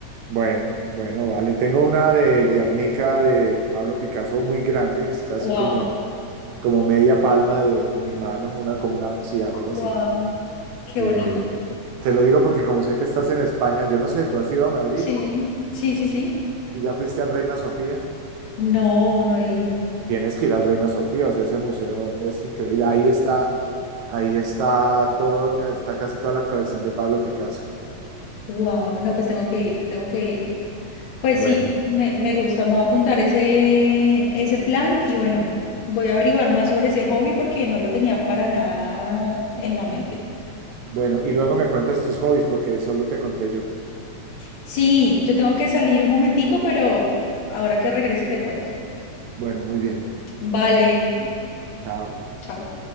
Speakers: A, on the right (about 75°); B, on the left (about 70°).
A: bueno, bueno, vale. Tengo una del Guernica de Pablo Picasso muy grande, es casi
B: Wow,
A: como, como media palma de, de mi mano, una como una, sí, algo
B: wow.
A: así.
B: Qué
A: Eh,
B: bonito.
A: te lo digo porque como sé que estás en España, yo no sé, tú has ido a Madrid
B: Sí, sí, sí, sí.
A: y ya fuiste al Reina Sofía.
B: No, no he ido.
A: Tienes que ir al Reina Sofía, o sea, ese museo es increíble. Ahí está Ahí está todo, está casi toda la colección de Pablo Picasso.
B: Wow, no, pues tengo que ir, tengo que ir. Pues
A: Bueno,
B: sí, me, me gusta, me voy a apuntar ese, ese plan y bueno, voy a averiguar más sobre ese hobby porque no lo tenía para nada en la mente.
A: bueno, y luego me cuentas tus hobbies porque solo te conté yo.
B: Sí, yo tengo que salir un momentico, pero ahora que regrese te cuento.
A: Bueno, muy bien.
B: Vale,
A: Chao.
B: chao.